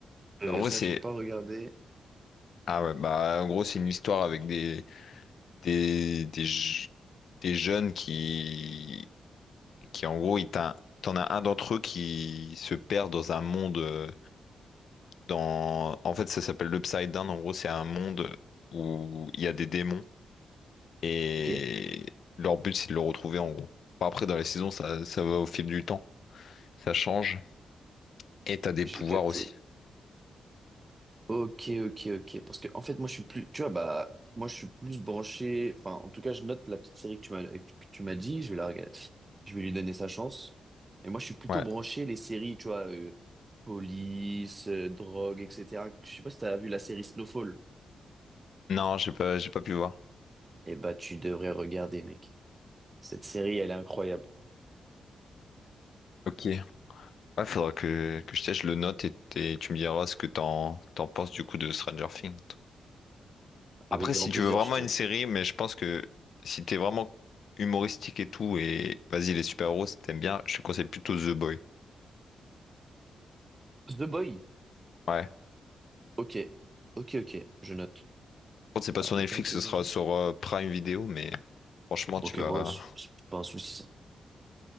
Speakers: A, on the right; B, on the left.
A: Euh,
B: En vrai,
A: ça,
B: c'est,
A: j'ai pas regardé.
B: ah ouais, bah, en gros, c'est une histoire avec des, des, des, je- des jeunes qui, qui, en gros, ils t'in- t'en as un d'entre eux qui se perd dans un monde. euh, Dans... En fait, ça s'appelle l'Upside Down. En gros, c'est un monde où il y a des démons et
A: Ok,
B: leur but, c'est de le retrouver en gros. Enfin, Après, dans les saisons, ça, ça va au fil du temps. Ça change. Et t'as des
A: j'ai
B: pouvoirs
A: capté.
B: aussi.
A: Ok, ok, ok. Parce que, en fait, moi, je suis plus, tu vois, bah, moi, je suis plus branché. Enfin, en tout cas, je note la petite série que tu m'as, que tu m'as dit. Je vais la regarder. Je vais lui donner sa chance. Et moi, je suis plutôt
B: Ouais.
A: branché les séries, tu vois, euh, police, euh, drogue, etc. Je sais pas si t'as vu la série Snowfall.
B: Non, j'ai pas, j'ai pas pu voir.
A: Eh bah, tu devrais regarder, mec. Cette série, elle est incroyable.
B: Ok. Ouais, faudra que, que je teste, je le note et, et tu me diras ce que t'en, t'en penses du coup de Stranger Things. Après,
A: Avec grand
B: si tu
A: plaisir,
B: veux vraiment
A: je te.
B: une série, mais je pense que si t'es vraiment humoristique et tout, et vas-y, les super-héros, si t'aimes bien, je te conseille plutôt The Boy.
A: The Boy.
B: Ouais.
A: Ok, ok, ok. Je note.
B: contre, c'est pas
A: Avec
B: sur Netflix,
A: grand plaisir.
B: ce sera
A: je note.
B: sur euh, Prime Video, mais franchement, tu
A: Ok,
B: vas,
A: bon, c'est c'est pas un souci, ça.